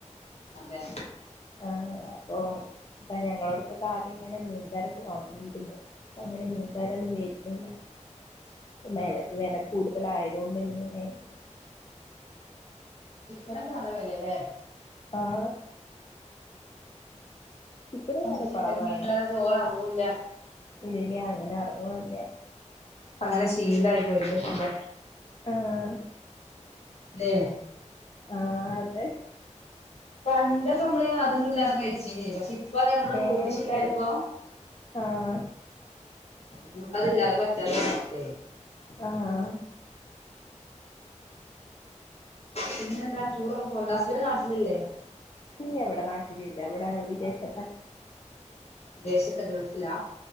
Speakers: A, on the left (about 55°); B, on the left (about 35°).
A: അതെ
B: ആ അപ്പൊ ഇപ്പ ഞങ്ങളോട്ക്കൊക്കെ ആദ്യം ഇങ്ങനെ മീൻകാരൊക്കെ വന്നിരുന്നു ഇപ്പം അങ്ങനെ മീൻകാരൊന്നും വെര്ന്നില്ല മേല വെല കൂടുതലായതൊണ്ട് <unintelligible>
A: ചിക്കനോക്കെ നല്ല വെലഴാല്ലേ
B: ആ ചിക്കന്
A: നമുക്ക്
B: വെല
A: ചിക്കനും
B: കോറവാണ്
A: മീനില്ലാതെ ചോറ് എറങ്ങൂല്ല
B: ഇല്ല അങ്ങനെ എറങ്ങുല്ല
A: അങ്ങനെ ശീലയി പോയി എന്താ ചെയ്യാ
B: ആഹ്
A: ല്ലേ
B: ആ അതെ
A: പണ്ടൊക്കെ മ്മള് അതൊന്നും ഇല്ലാതെ കഴിച്ചിനി പക്ഷെ ഇപ്പ നമ്മള്
B: ഏഹ് കഴിച്ചു
A: <unintelligible> ഇപ്പൊ
B: ആഹ്
A: നമുക്ക്‌തില്ലാതെ പറ്റാതെ ഒരവസ്ഥയായി
B: ആ ആ
A: പിന്നെ എന്താ ടൂറൊക്കെ പോവലുണ്ടോ? ഹസ്ബന്റ് നാട്ടിലില്ലേ?
B: ഇല്ല ഇവിടെ നാട്ടില് ഇല്ല ഇവിടെ വിദേശത്ത
A: വിദേശത്ത് ഗൽഫ്‌ലാ